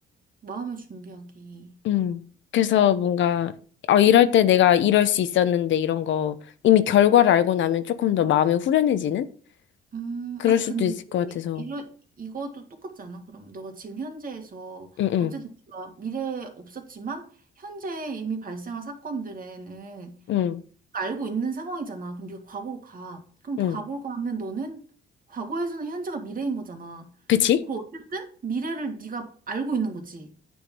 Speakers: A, on the right; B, on the left.
A: 마음을 준비하기
B: 음, 그래서 뭔가, 어, 이럴 때 내가 이럴 수 있었는데 이런 거 이미 결과를 알고 나면 조금 더 마음이 후련해지는?
A: 음,
B: 그럴
A: 아,
B: 수도
A: 근데,
B: 있을 것 같아서.
A: 이런, 이것도 똑같지 않아? 그럼 너가 지금 현재에서,
B: 응, 응,
A: 어쨌든 네가 미래에 없었지만, 현재에 이미 발생한 사건들에는
B: 응.
A: 알고 있는 상황이잖아. 그럼 네가 과거로 가. 그럼 과거로
B: 응.
A: 가면 너는, 과거에서는 현재가 미래인 거잖아.
B: 그치?
A: 그럼 어쨌든, 미래를 네가 알고 있는 거지.